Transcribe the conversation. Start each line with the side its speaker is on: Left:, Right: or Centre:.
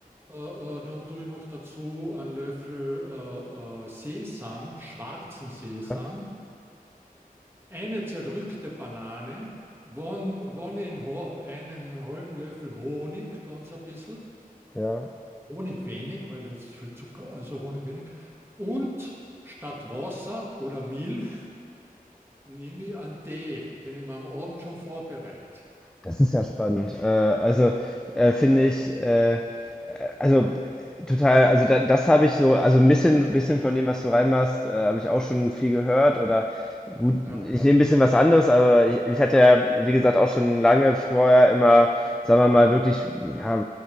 Right: äh, äh, dann tue ich noch dazu einen Löffel äh, äh, Sesam, schwarzen Sesam,
Centre: ja,
Right: eine zerdrückte Banane, wann, wann ich ihn habe, einen halben Löffel Honig, ganz ein bisschen,
Centre: ja.
Right: Honig wenig, weil das ist viel Zucker, also Honig wenig, und statt Wasser oder Milch nehme ich einen Tee, den ich mir am Abend schon vorbereite.
Centre: Das ist ja spannend. Äh, also äh, finde ich, äh, also total, also da, das habe ich so, also ein bisschen, bisschen von dem, was du reinmachst, äh, habe ich auch schon viel gehört oder gut,
Right: Ja,
Centre: ich nehme ein bisschen was anderes, aber ich, ich hatte ja, wie gesagt, auch schon lange vorher immer, sagen wir mal, wirklich ja,